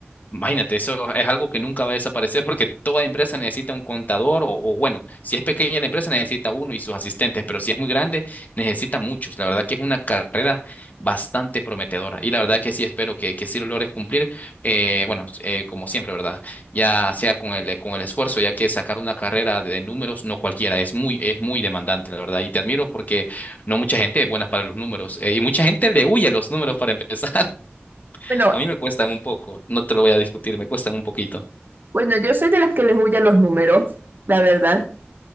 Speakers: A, on the left (about 40°); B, on the right (about 50°).
A: Imagínate, eso es algo que nunca va a desaparecer porque toda empresa necesita un contador o, o bueno, si es pequeña la empresa necesita uno y sus asistentes, pero si es muy grande necesita muchos. La verdad que es una carrera bastante prometedora y la verdad que sí espero que, que sí lo logres cumplir, eh, bueno, eh, como siempre, ¿verdad? Ya sea con el, con el esfuerzo, ya que sacar una carrera de números no cualquiera, es muy, es muy demandante, la verdad, y te admiro porque no mucha gente es buena para los números eh, y mucha gente le huye a los números para empezar.
B: Bueno,
A: A mí me cuestan un poco, no te lo voy a discutir, me cuestan un poquito.
B: bueno, yo soy de las que les huyen los números, la verdad,